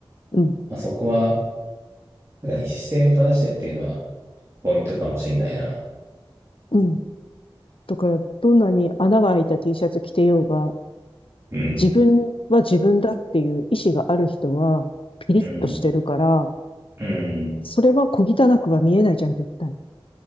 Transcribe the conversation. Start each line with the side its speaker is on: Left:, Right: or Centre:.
Left: うん。
Right: まあ、そこは、なんかに姿勢を正してっていうのはポイントかもしんないな。
Left: うん。だから、どんなに穴が開いた T シャツ着てようが、
Right: うん、
Left: 自分は自分だっていう意志がある人は、ピリッとしてるから、
Right: うん、うん。
Left: それは小汚くは見えないじゃん、絶対。